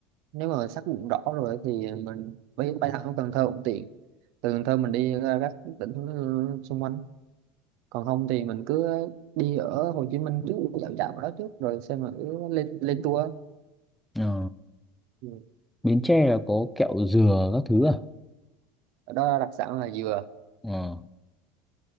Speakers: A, on the right; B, in the centre.
A: nếu mà xác định rõ rồi thì mình bay bay thẳng Cần Thơ cũng tiện từ Cần Thơ mình đi ra các tỉnh ờ, xung quanh còn không thì mình cứ đi ở Hồ Chí Minh trước dạo dạo ở đó trước rồi xem mà cứ lên lên tour
B: Ờ,
A: Ừ.
B: Bến Tre là có kẹo dừa các thứ à
A: ở đó đặc sản là dừa
B: Ờ,